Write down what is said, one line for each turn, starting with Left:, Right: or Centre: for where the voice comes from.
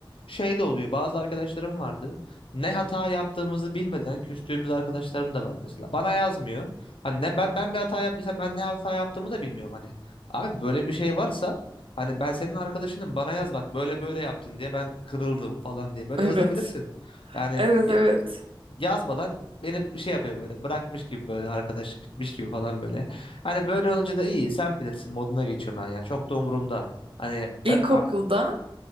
Left: şey de oluyor. Bazı arkadaşlarım vardı. Ne hata yaptığımızı bilmeden küstüğümüz arkadaşlarım da var mesela. Bana yazmıyor. Hani ne ben ben bir hata yaptıysam ben ne hata yaptığımı da bilmiyorum hani. Abi böyle bir şey varsa hani ben senin arkadaşınım bana yaz bak böyle böyle yaptın diye ben kırıldım falan diye böyle
Right: Evet.
Left: yazabilirsin. Yani
Right: Evet evet.
Left: yazmadan beni şey yapıyor böyle bırakmış gibi böyle arkadaşlık bitmiş gibi falan böyle. Hani böyle olunca da iyi sen bilirsin moduna geçiyorum ben yani çok da umurumda. Hani
Right: İlkokulda
Left: ben ya,